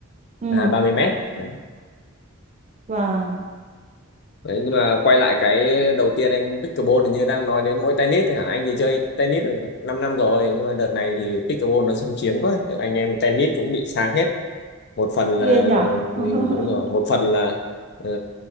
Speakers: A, on the right; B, on the left.
A: ừ
B: là hai ba mươi mét đấy.
A: vâng
B: đấy nhưng mà quay lại cái đầu tiên anh pickleball hình như đang nói đến mỗi tennis thôi hả anh thì chơi tennis được 5 năm năm rồi nhưng mà đợt này thì pickleball nó xâm chiếm quá anh em tennis cũng bị sang hết một phần là
A: ghê nhở
B: ừ,
A: <laughs>
B: đúng rồi một phần là ờ,